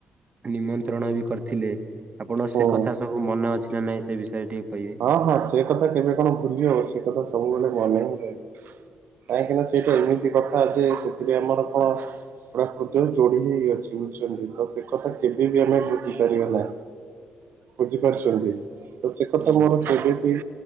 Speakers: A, on the right; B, on the right.
A: ନିମନ୍ତ୍ରଣବି କରିଥିଲେ ଆପଣ ସେକଥା
B: ହୁଁ
A: ସବୁ ମନେ ଅଛିନା ନାଇଁ ସେବିଷୟରେ ଟିକେ କହିବେ?
B: ହଁ ହଁ ସେକଥା କେବେ କଣ ଭୁଲି ହବ ସେକଥା ସବୁବେଳେ ମନେହିଁ ରହିବ। କାହିଁକିନା ସେଇଟା ଏମିତି କଥାଯେ ସେଥିରେ ଆମର କଣ ପୁରାକୃତ ଯୋଡ଼ି ହେଇ ଅଛି ବୁଝୁଛନ୍ତି ତସେକଥା କେବେବି ଆମେ ଭୁଲିପାରିବା ନାହିଁ। ବୁଝିପାରୁଛନ୍ତି ତସେକଥା
A: ଆଜ୍ଞା।
B: ମୋର କେବେବି